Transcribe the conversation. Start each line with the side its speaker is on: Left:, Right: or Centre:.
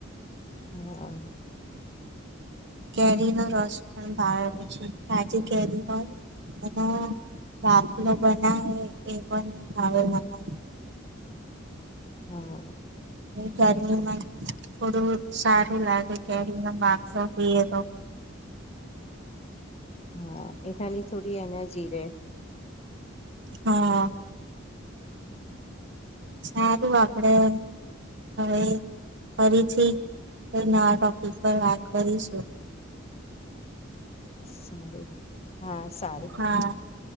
Left: હમ્મ.
Right: કેરી નો રસ પણ ભાવ પછી આજે કેરી હોય. એનો બાાતલો બના એ પણ ખાવે મને.
Left: હા.
Right: ગરમીમાં થોડું સારું લાગે કેરી બાપો પીએ તો.
Left: હા એ તાની થોડી એનર્જી રહે રહે.
Right: હા સારું આપડે. હવે ફરીથી કોઈ ન ટોપિક પર વાત કરીશું
Left: સારું. હા સારું
Right: હા